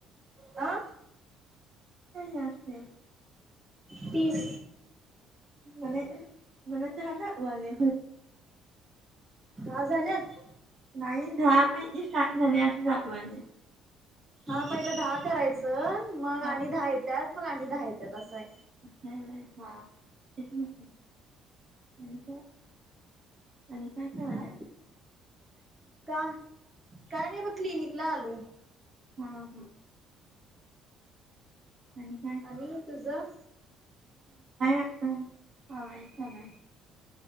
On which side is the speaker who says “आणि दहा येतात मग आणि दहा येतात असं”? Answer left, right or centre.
Right